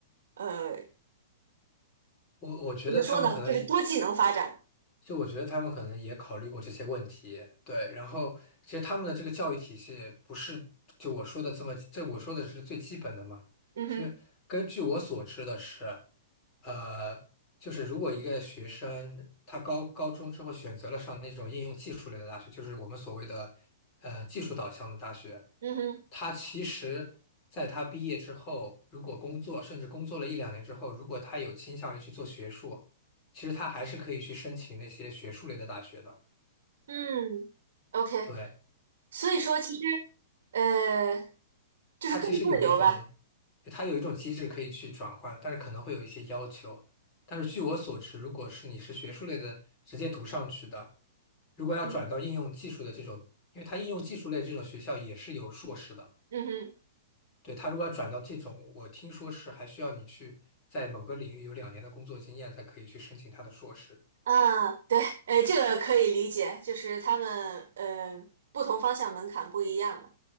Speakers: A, on the right; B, on the left.
A: 呃，
B: 我我觉得他们可能，
A: 怎么说呢，就是多技能发展。
B: 就我觉得他们可能也考虑过这些问题，对。然后，其实他们的这个教育体系不是就我说的这么，这我说的是最基本的嘛。
A: 嗯哼，
B: 其实根据我所知的是，呃，就是如果一个学生他高高中之后选择了上那种应用技术类的大学，就是我们所谓的呃技术导向的大学，
A: 嗯哼，
B: 他其实在他毕业之后，如果工作，甚至工作了一两年之后，如果他有倾向于去做学术。其实他还是可以去申请那些学术类的大学的。
A: 嗯，OK，
B: 对，
A: 所以说其实呃就是更自由吧。
B: 他其实有一种，他有一种机制可以去转换，但是可能会有一些要求。但是据我所知，如果是你是学术类的直接读上去的，如果要转到应用技术的这种，
A: 嗯
B: 因为它应用技术类这种学校也是有硕士的。
A: 嗯哼。
B: 对，他如果要转到这种，我听说是还需要你去在某个领域有两年的工作经验才可以去申请他的硕士。
A: 啊，对，哎，这个可以理解，就是他们呃不同方向门槛不一样嘛。